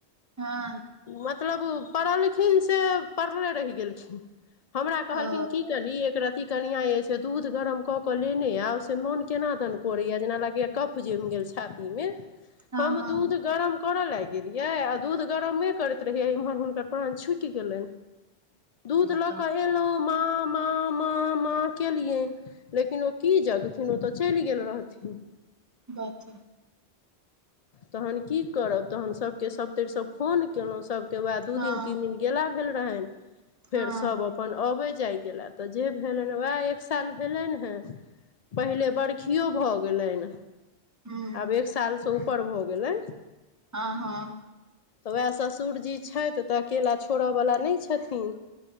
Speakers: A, on the right; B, on the left.
A: हँ
B: मतलब पड़लखिन से पड़ले रेह गेलखिन हमरा कहलखिन
A: ओ
B: की कनी एक रती कनिया ए से दूध गरम को केऽ लेने याब से मोन केना दन करैया जेना लागैया कफ जैम गेल छाती मे
A: हँ
B: हम
A: हँ
B: दूध गरम करऽ लाग गेलियै आ दूध गरमे करैत रहियै इम्हर हुनकर प्राण छुत गेले दूध
A: बताउ
B: लऽ कऽ एलहु माँ माँ माँ माँ केलिये लेकिन ओ की जगथिन ओ तऽ चैल गेल रहथिन
A: बात
B: तहन की करब तहन सभके सभतरिसँ फोन केलहुँ सभ वह दू
A: हँ
B: दिन तीन दिन गाला भेल रहैन फेर
A: हँ
B: सब अपन अबय जाय गेलए तऽ जे भेलन उएह एक साल भेलैहेन है पहिले बरखियो भऽ गेलैन
A: हूँ
B: आब एक सालसँ ऊपर भऽ गेले
A: हँ हँ
B: उएह ससुरजी छथि तऽ अकेला छोड़यवला नहि छथिन